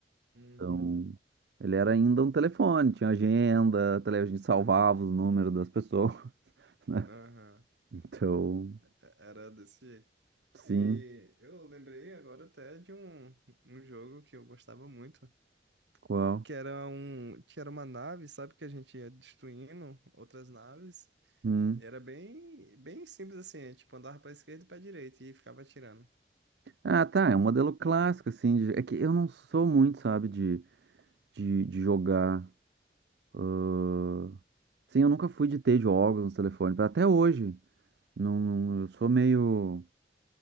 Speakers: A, on the right; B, on the right.
A: Uhum.
B: Então, ele era ainda um telefone, tinha agenda, tele- a gente salvava os números das pessoas, <laughs> né?
A: Aham.
B: Então,
A: É- Era desse jeito.
B: sim,
A: E eu lembrei agora até de um, um jogo que eu gostava muito,
B: qual?
A: que era um, que era uma nave, sabe, que a gente ia destruindo outras naves.
B: Hum.
A: Era bem, bem simples assim, é, tipo andava para esquerda e para direita e ficava atirando.
B: Ah, tá, é um modelo clássico, assim, de- é que eu não sou muito, sabe, de, de, de jogar. ah, Sim, eu nunca fui de ter jogos no telefone, até hoje, não, não- eu sou meio,